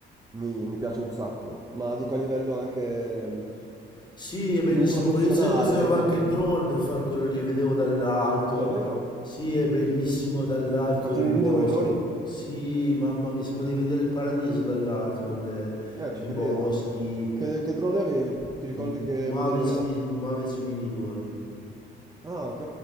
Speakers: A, on the right; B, on the left.
A: mi, mi piace un sacco, ma dico a livello anche mh,
B: Sì, è bellissimo
A: più professionale,
B: quello. Io, sa- io sapevo
A: che...
B: anche il drone per fare quello lì, vedevo dall'alto.
A: Davvero?
B: Sì, è bellissimo dall'alto
A: Facevi
B: il bosco.
A: video coi droni?
B: Sì, mamma mia, sembra di vedere il paradiso dall'alto con le-
A: Eh, ci
B: i
A: credo.
B: boschi.
A: Che, che drone avevi? Ti ricordi
B: M-
A: che
B: Mavic,
A: modello era?
B: di- Mavic Mini 2.
A: Ah, ok,